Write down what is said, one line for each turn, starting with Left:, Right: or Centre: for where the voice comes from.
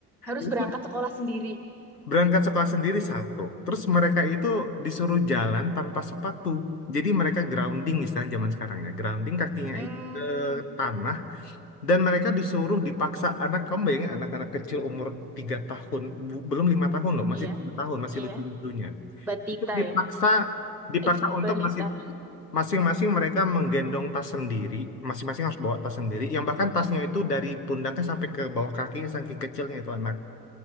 Centre: Harus
Left: itu
Centre: berangkat sekolah sendiri.
Left: berangkat sekolah sendiri satu terus mereka itu disuruh jalan tanpa sepatu jadi mereka grounding istilah zaman sekarang ya grounding kakinya
Centre: Hmm,
Left: itu ke tanah dan mereka disuruh dipaksa anak kamu anak-anak kecil umur 3 tahun bu- belum lima tahun loh masih
Centre: iya,
Left: tiga tahun masih
Centre: iya.
Left: lucu-lucunya
Centre: Batita
Left: itu dipaksa
Centre: ya?
Left: dipaksa
Centre: Eh, Balita.
Left: untuk masih Masing-masing mereka menggendong tas sendiri, masing-masing harus bawa tas sendiri, yang bahkan tasnya itu dari pundaknya sampai ke bawah kakinya saking kecilnya itu anak.